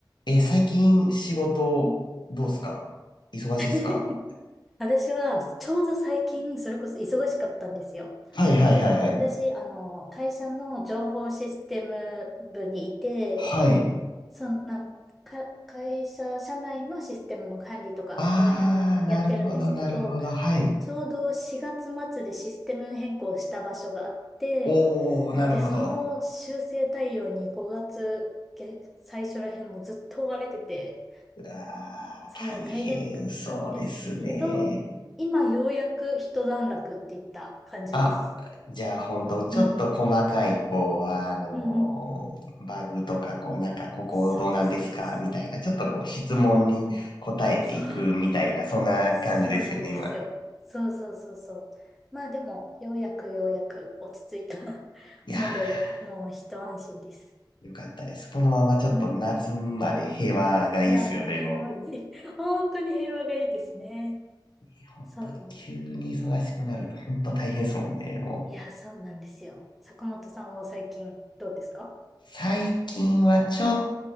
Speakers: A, on the left (about 65°); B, in the centre.
A: えー、最近仕事どうすか忙しいっすか
B: うん <laughs> 私は、ちょうど最近、それこそ忙しかったんですよ。
A: はいはいはいはい。
B: なんか、私、あの、会社の情報システム部にいて、
A: はい。
B: そんな、か、会社、社内のシステムの管理とか、
A: あー、
B: そこら辺をやってるんですけど、
A: なるほどなるほど。はい。
B: ちょうど4月末でシステム変更した場所があって、
A: おー、なるほど。
B: で、その修正対応に5月、げ最初ら辺もずっと追われてて、
A: うわー、
B: そう、
A: 大変そうですね。
B: 大変だったんですけど、今ようやく一段落っていった感じです。
A: あ、じゃあほんと、ちょっと細かい、
B: うんうん。
A: こう、あのーバグとか、
B: うんうんうん。
A: こう、なんか、ここどうなんですかみたいな、
B: そうです、そうです。
A: ちょっとこう、質問に答えていくみたいな、
B: うんうんうん。そう、
A: そんな感じですよね、
B: そうなんですよ。
A: 今。
B: そうそうそうそう。まあでも、ようやくようやく落ち着いた <laughs>
A: いやー、
B: ので、もう一安心です。
A: よかったです。このままちょっと夏まで平和がいいっすよね、
B: うん。いや、もう平和がいい。
A: も
B: <laughs> 本当に平和がいいですね。
A: う。いや本当に急に忙しくなると本当大変ですもんね、
B: そう。
A: もう。
B: いや、そうなんですよ。坂本さんは最近どうですか
A: 最近はちょっ